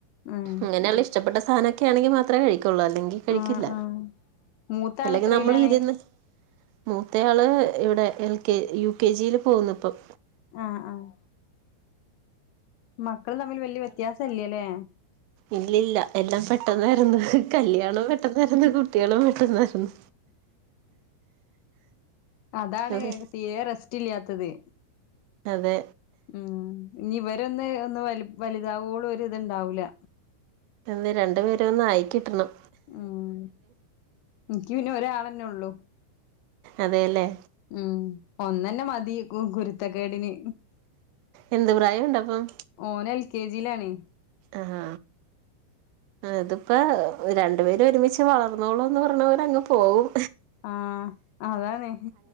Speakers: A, on the left; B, on the right.
A: ഉം
B: അങ്ങനെ ഇഷ്ടപ്പെട്ട സാനൊക്കെ ആണങ്കിമാത്ര കഴിക്കുള്ളുഅല്ലങ്കി കഴിക്കില്ല
A: ആ ആ മൂത്താള്
B: അല്ലെങ്കിൽ
A: എത്രയിലാണ്
B: നമ്മൾ ഇരുന്ന് മൂത്ത ആള് ഇവിടെ എൽ കെ യു കെ ജിൽ പോകുന്നു ഇപ്പം
A: ആഹ് ആഹ് മക്കൾ തമ്മിൽ വലിയ വ്യത്യാസം ഇല്ലലേ
B: ഇല്ല ഇല്ല എല്ലാം പെട്ടെന്നായിരുന്നു കല്യാണം പെട്ടെന്നായിരുന്നു കുട്ടികളും പെട്ടെന്നായിരുന്നു
A: അതാണ്
B: അതെ
A: തീരേ റെസ്റ്റ് ഇല്ലാത്തത്
B: അതെ
A: ഉം ഇനി ഇവരൊന്ന് ഒന്ന് വലു വലുതാവോളുംഒര് ഇത് ഉണ്ടാവൂല്ല
B: ഇനിരണ്ടു പേർ ഒന്ന് അയിക്കിട്ടണം
A: ഉം എനിക്ക് പിന്നെ ഒരാളന്നെ ഉള്ളൂ
B: അതേല്ലേ
A: ഉം ഒന്നന്നെ മതി ഗു ഗുരു- ത്തക്കേടിന്
B: എന്ത് പ്രായമുണ്ടപ്പം
A: ഓൻ എൽകെജിയിലാണ്.
B: ആഹ് ഇതിപ്പോ രണ്ടു പേർ ഒരുമിച്ച് വളർന്നോളൂന്ന് പറയണ പോലെ അങ്ങ് പോകും.
A: ആ അതാണ്